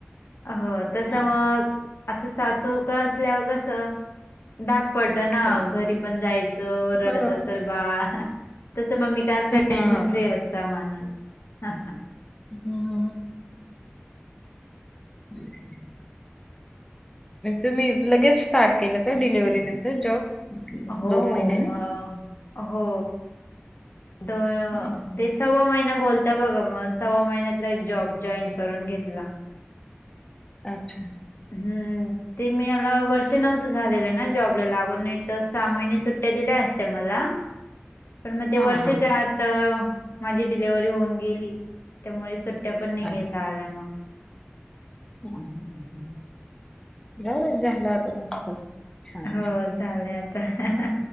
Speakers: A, on the left; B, on the left.
A: हो तस
B: हां.
A: मग अस सासु काळ असल्यावर कस धाक पडतो ना
B: हो.
A: घरी पण जायच रडत
B: हो.
A: असल बाळ तस मम्मी काडे असल्यावर टेन्शन
B: हां.
A: फ्री असत माणूस.
B: हम्म. हम्म <inaudible> तुम्ही लगेच स्टार्ट केलं का डिलिव्हरी नंतर जॉब?
A: हो
B: महिन्याने?
A: म हो द
B: हं, हं.
A: तेच <inaudible> सव्वा महिना बोलता बघा मग सव्वा महिन्यातला एक जॉब जॉईन करून घेतला.
B: अच्छा
A: हम्म ते मला वर्ष नव्हतं झालेलं ना जॉबला लागून नाही तर सहा महिने सुट्ट्या दिल्या असत्या मला. पण मग ते
B: हां,
A: वर्षाच्या
B: हां.
A: आत माझी डिलव्हरी होऊन गेली. त्यामुळे सुट्ट्या पण नाही घेता
B: अच्छा.
A: आल्या मग.
B: <inaudible>
A: <inaudible>
B: जाऊदे झाल आता मस्त छान.
A: हो झाले, आता